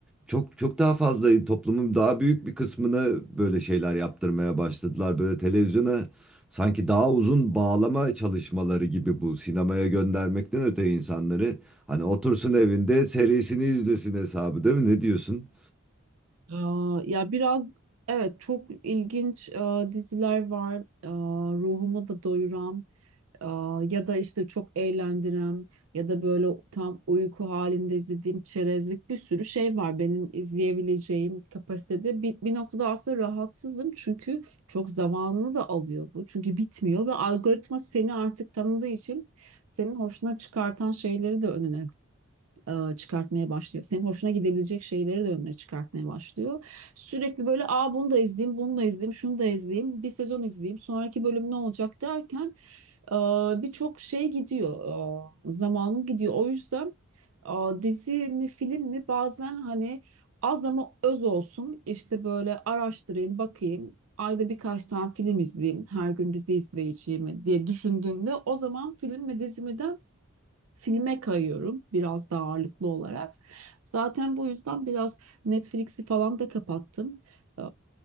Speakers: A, in the centre; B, on the right.
A: çok çok daha fazla toplumun daha büyük bir kısmına böyle şeyler yaptırmaya başladılar. Böyle televizyona sanki daha uzun bağlama çalışmaları gibi bu sinemaya göndermekten öte insanları hani otursun evinde serisini izlesin hesabı değil mi? Ne diyorsun?
B: Aa, ya biraz evet çok ilginç e, diziler var. E, ruhumu da doyuran e, ya da işte çok eğlendiren ya da böyle tam uyku halinde izlediğim çerezlik bir sürü şey var benim izleyebileceğim kapasitede. Bir, bir noktada aslında rahatsızım çünkü çok zamanını da alıyor bu. Çünkü bitmiyor ve algoritma seni artık tanıdığı için senin hoşuna çıkartan şeyleri de önüne e, çıkartmaya başlıyor. Senin hoşuna gidebilecek şeyleri de önüne çıkartmaya başlıyor. Sürekli böyle aa bunu da izleyeyim, bunu da izleyeyim, şunu da izleyeyim, bir sezon izleyeyim, sonraki bölüm ne olacak derken e, birçok şey gidiyor, e, zamanın gidiyor. O yüzden e, dizi mi film mi bazen hani az ama öz olsun işte böyle araştırayım, bakayım. Ayda birkaç tane film izleyeyim, her gün dizi izleyeceğimi diye düşündüğümde o zaman film mi dizi mi filme kayıyorum biraz daha ağırlıklı olarak. Zaten bu yüzden biraz Netflix'i falan da kapattım. Ee,